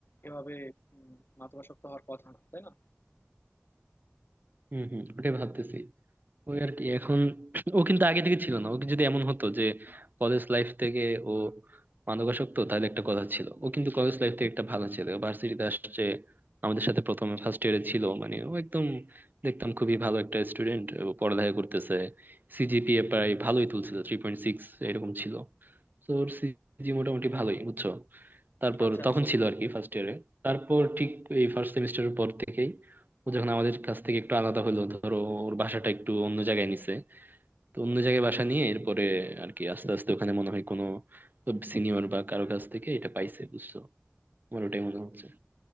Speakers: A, on the left (about 65°); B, on the right (about 50°).
A: এভাবে উম, মাদকাসক্ত হওয়ার কথা না তাই না
B: হম হম ওটাই ভাবতেছি ওই আর কি এখন ও কিন্তু আগে থেকে ছিল না ওকে যদি এমন হতো যে কলেজ লাইফ থেকে ও মাদকাসক্ত তাহলে একটা কথা ছিল ও কিন্তু কলেজ লাইফ থেকে একটা ভালো ছেলে ভার্সিটিতে আসছে আমাদের সাথে প্রথমে ফার্স্ট ইয়ারে ছিল মানে ও একদম দেখতাম খুবই ভালো একটা স্টুডেন্ট পড়ালেখা করতেছে সিজিপিএ প্রায় ভালোই তুলছিল থ্রি পয়েন্ট সিক্স এরকম ছিল তো ওর সিজি মোটামুটি ভালোই বুঝছো তারপর
A: আচ্ছা
B: তখন
A: আচ্ছা
B: ছিল আর কি ফার্স্ট ইয়ারে তারপর ঠিক এই ফার্স্ট সেমিস্টারের পর থেকেই ও যখন আমাদের কাছ থেকে একটু আলাদা হলো ধরো ওর বাসাটা একটু অন্য জায়গায় নিছে তো অন্য জায়গায় বাসা নিয়ে এরপরে আর কি আস্তে আস্তে ওখানে মনে হয় কোনো সিনিয়র বা কারো কাছ থেকে এটা পাইছে বুঝছো আমার ওটাই মনে হচ্ছে